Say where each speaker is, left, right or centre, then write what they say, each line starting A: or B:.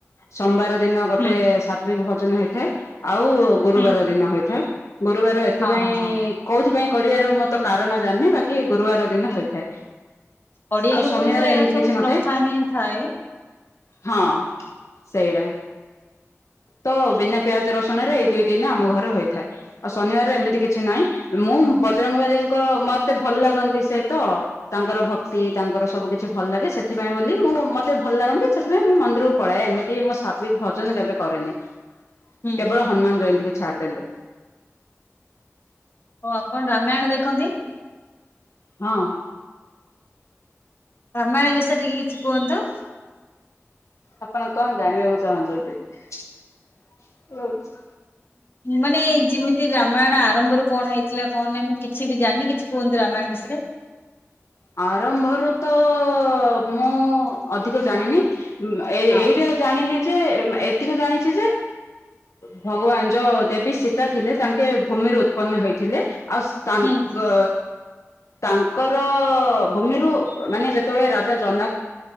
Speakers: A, on the left (about 75°); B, on the left (about 50°).
A: ସୋମବାର ଦିନ ଗୋଟେ
B: ହୁଁ
A: ସାଟ୍ରିକ୍ ଭୋଜନ ହେଇଥାଏ ଆଉ ଗୁରୁବାର
B: ହୁଁ
A: ଦିନ ହେଇଥାଏ ଗୁରୁବାର ଏ ସେଥିପାଇଁ
B: ହଁ ହଁ ହଁ
A: କୋଉଥିପାଇଁ କରିବାର ମୁଁ ତ କାରଣ ଜାଣିନେଇ ବାକି ଗୁରୁବାର ଦିନ ହେଇଥାଏ।
B: ଓଡିଆ
A: ଆଉ
B: ଲୋକଙ୍କର
A: ଶନିବାର
B: ଏହା
A: ଏମିତି
B: ସବୁ
A: କିଛି ନଥାଏ।
B: ପ୍ରଥା ହିଁ ଥାଏ।
A: ହଁ ସେଇଟା। ତ ବିନା ପିଆଜ ରସୁଣ ରେ ଏଇ ଦୁଇ ଦିନି ଆମ ଘରେ ହୋଇଥାଏ। ଆଉ ଶନିବାର ଏମିତି କିଛି ନାହିଁ ମୁଁ ବଜରଙ୍ଗବାଲୀଙ୍କ ମତେ ଭଲ ଲାଗନ୍ତି ସେ ତ। ତାଙ୍କର ଭକ୍ତି ତାଙ୍କର ସବୁ କିଛି ଭଲ୍ ଲାଗେ ସେଥିପାଇଁ ବୋଲି ମୁଁ ମତେ ଭଲ୍ ଲାଗନ୍ତି ସେଥିପାଇଁ ମୁଁ ମନ୍ଦିରକୁ ପଳାଏ ଏମିତି ତି ମୁଁ ସତ୍ୱଇକି ଭଜନ କେବେ କରେନି
B: ହୁଁ
A: କେବଳ ହନୁମାନ ଜୟନ୍ତୀ କୁ ଛାଡିଦେଲେ।
B: ଓ ଆପଣ ରାମାୟଣ ଦେଖନ୍ତି।
A: ହଁ।
B: ରାମାୟଣ ବିଷୟରେ ଟିକେ କିଛି କୁଅନ୍ତୁ।
A: ଆପଣ କଣ ଜାଣିବାକୁ ଚାହୁଁଛନ୍ତି।
B: ମାନେ ଯିମିତି ରାମାୟଣ ଆରମ୍ଭରୁ କଣ ହେଇଥିଲା କଣ ନାହିଁ ମୁଁ କିଛି ବି ଜାଣିନି କିଛି କୁହନ୍ତୁ ରାମାୟଣ ବିଷୟରେ।
A: ଆରମ୍ଭରୁ ତ ମୁଁ ଅଧିକ ଜାଣିନି। ଏଇଟା
B: ହଁ
A: ଜାଣିଲି ଯେ ଯେ ଏତିକି ଜାଣିଛି ଯେ। ଭଗବାନ ଯ ଦେବୀ ସୀତା ଥିଲେ ତାଙ୍କେ ଭୂମିରୁ ଉତ୍ପନ୍ନ ହେଇଥିଲେ ଆଉ ତାଙ୍କ
B: ହୁଁ
A: ତାଙ୍କର। ଓ ଭୂମିରୁ ମାନେ ଯେତେବେଳେ ରାଜା ଜନକ୍